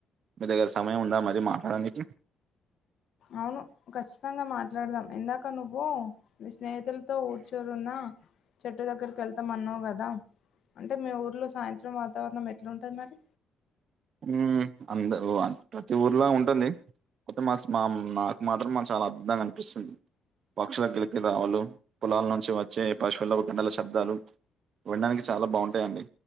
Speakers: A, on the right; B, on the left.
A: మీ దగ్గర సమయం ఉందా మరీ మాట్లాడనికి
B: అవును ఖచ్చితంగా మాట్లాడదాం ఎందాక నువ్వు మీ స్నేహితులతో ఊరు చివర ఉన్న చెట్టు దగ్గరికి వెళ్తాం అన్నావు కదా అంటే మీ ఊర్లో సాయంత్రం వాతావరణం ఎట్లుంటుంది మరి
A: ఉ అంద ప్రతి ఊర్లో ఉంటుంది అతే మా మా నాకు మాత్రం మాకు చాలా అద్భుతంగా అనిపిస్తుంది పక్షుల కిలికి రావలు పొలాల నుంచి వచ్చే పార్శ్వలపు గండల శబ్దాలు విండానికి చాలా బాగుంటాయిండి